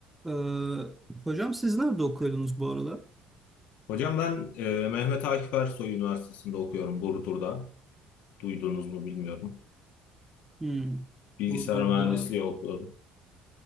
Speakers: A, in the centre; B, on the left.
A: Ee, hocam siz nerede okuyordunuz bu aralar?
B: Hocam ben e, Mehmet Akif Ersoy Üniversitesi'nde okuyorum Burdur'da. Duydunuz mu bilmiyorum.
A: Hmm,
B: Bilgisayar
A: Burdur'da.
B: mühendisliği okuyorum.